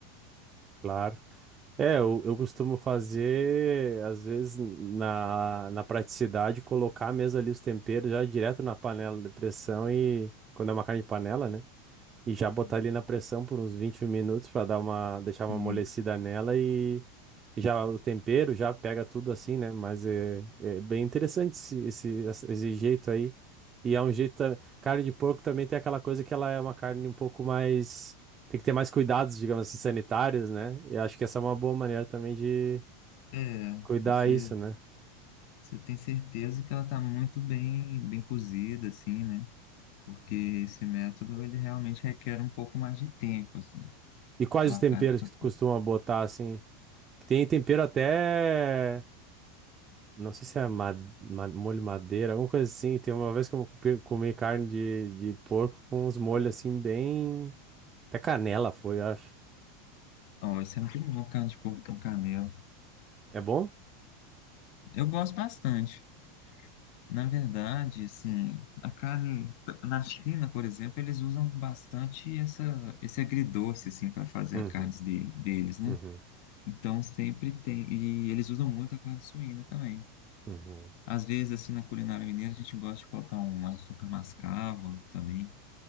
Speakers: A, on the right; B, on the left.
A: claro. É, eu, eu costumo fazer, às vezes, na, na praticidade, colocar mesmo ali os temperos já direto na panela de pressão e quando é uma carne de panela, né? E já
B: Uhum.
A: botar ele na pressão por uns 20 minutos pra dar uma, deixar uma
B: Sim.
A: amolecida nela e, e já o tempero já pega tudo assim, né? Mas é, é bem interessante esse, esse, essa- esse jeito aí. E é um jeito. ta- Carne de porco também tem aquela coisa que ela é uma carne um pouco mais. Tem que ter mais cuidados, digamos assim, sanitários, né? E acho que essa é uma boa maneira também de
B: É,
A: cuidar
B: você,
A: isso, né?
B: você tem certeza que ela está muito bem, bem cozida, assim, né? Porque esse método, ele realmente requer um pouco mais de tempo, assim.
A: E quais
B: Então
A: os
B: a
A: temperos
B: carne fica...
A: que tu costuma botar assim? Que Tem tempero até. Não sei se é ma- ma- molho madeira, alguma coisa assim. Tem uma vez que eu comi comi carne de, de porco com uns molhos assim, bem. Até canela foi, eu acho.
B: Ó, isso é muito bom, carne de porco com canela.
A: É bom?
B: Eu gosto bastante. Na verdade, assim, a carne na China, por exemplo, eles usam bastante essa, esse agridoce, assim, para fazer
A: Uhum,
B: a carne de- deles, né?
A: uhum,
B: Então sempre tem. E eles usam muito a carne suína também.
A: uhum.
B: Às vezes, assim, na culinária mineira, a gente gosta de colocar um açúcar mascavo também.